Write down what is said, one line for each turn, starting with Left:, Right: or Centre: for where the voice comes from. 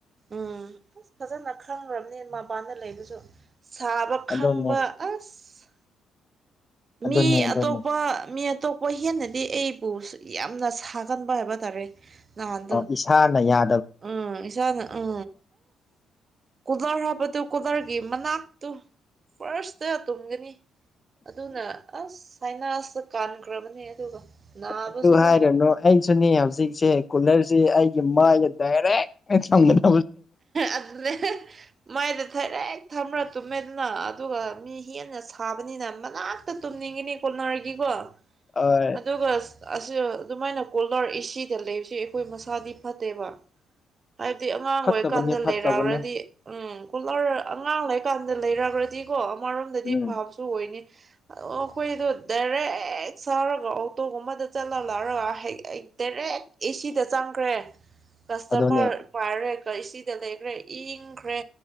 Right: ꯎꯝ ꯑꯁ ꯐꯖꯅ ꯈꯪꯈ꯭ꯔꯕꯅꯤ ꯃꯕꯥꯗ ꯂꯩꯕꯁꯨ ꯁꯥꯕ ꯈꯪꯕ
Left: ꯑꯗꯨꯅꯦ
Right: ꯑꯁ
Left: ꯑꯗꯨꯅꯦ
Right: ꯃꯤ
Left: ꯑꯗꯨꯅꯦ
Right: ꯑꯇꯣꯞꯄ ꯃꯤ ꯑꯇꯣꯞꯄ ꯍꯦꯟꯅꯗꯤ ꯑꯩꯕꯨ ꯌꯥꯝꯅ ꯁꯥꯒꯟꯕ ꯍꯥꯏꯕ ꯇꯥꯔꯦ ꯅꯍꯥꯟꯗꯣ
Left: ꯑꯣ ꯏꯁꯥꯅ ꯌꯥ
Right: ꯎꯝ ꯏꯁꯁꯥꯅ ꯎ ꯀꯂꯔ ꯍꯥ ꯄꯠꯇ ꯀꯂꯔ ꯒꯤ ꯃꯅꯥꯛꯇꯨ ꯐꯥꯔꯁꯇ ꯇꯨꯝꯒꯅꯤ ꯑꯗꯨꯅ ꯑꯁ ꯁꯥꯏꯅꯥꯁꯇ ꯀꯥꯟꯈ꯭ꯔꯕꯅꯦ ꯑꯗꯨꯒ ꯅꯥꯕꯁꯨꯀꯣ
Left: ꯑꯗꯨ ꯍꯥꯏꯔꯨꯅꯨ ꯑꯩꯁꯨꯅꯦ ꯍꯧꯖꯤꯛꯁꯦ ꯀꯨꯂꯔꯁꯦ ꯑꯩ ꯃꯥꯏꯗ ꯗꯥꯏꯔꯦꯛ ꯌꯦꯛꯁꯟꯕꯅꯤ
Right: ꯑꯗꯨ ꯃꯥꯏꯗ ꯗꯥꯏꯔꯦꯛ ꯊꯝꯃ꯭ꯔꯥ ꯇꯨꯝꯃꯦꯗꯅ ꯑꯗꯨꯒ ꯃꯤ ꯍꯦꯟꯅ ꯁꯥꯕꯅꯤꯅ ꯃꯅꯥꯛꯇ ꯇꯨꯝꯅꯤ <unintelligible> ꯀꯨꯅꫭꯏꯒꯤꯀꯣ
Left: ꯍꯣꯏ
Right: ꯑꯗꯨꯒ ꯑꯍ ꯑꯗꯨꯃꯥꯏꯅ ꯀꯣꯂꫪ ꯑꯦꯁꯤꯗ ꯂꯩꯕꯁꯦ ꯑꯩꯈꯣꯏ ꯃꯁꯥꯗꯤ ꯐꯠꯇꯦꯕ ꯍꯥꯏꯕꯗꯤ ꯑꯉꯥꯡ
Left: ꯐꯠꯇꯕꯅꯦ
Right: ꯑꯣꯏꯔꯤꯀꯥꯟꯗ
Left: ꯐꯠꯇꯕꯅꯦ
Right: ꯂꯩꯔꯕꯔꯗꯤ ꯎꯝ ꯀꫭꯂꫪ ꯑꯉꯥꯡ ꯂꯩꯀꯥꯟꯗ ꯂꯩꯔꯒꯔꯗꯤꯀꯣ ꯑꯃꯔꯣꯝꯗꯗꯤ
Left: ꯎꯝ
Right: ꯐꯥꯝꯁꯨ ꯑꯣꯏꯅꯤ ꯑꫭ ꯑꯩꯈꯣꯏꯗꯣ ꯗꯥꯏꯔꯦꯛ ꯁꯥꯔꯒ ꯑꯣꯇꯣꯒꯨꯝꯕꯗ ꯆꯠꯂꯒ ꯂꯥꯛꯔꯒ ꯗꯥꯏꯔꯦꯛ ꯍꯦꯛ ꯑꯦꯁꯤꯗ ꯆꯪꯈ꯭ꯔꯦ ꯀꯁꯇꯃꫪ
Left: ꯑꯗꯨꯅꯦ
Right: ꯄꯥꯏꯔꯦ ꯑꯦꯁꯤꯗ ꯂꯩꯈ꯭ꯔꯦ ꯏꯪꯈ꯭ꯔꯦ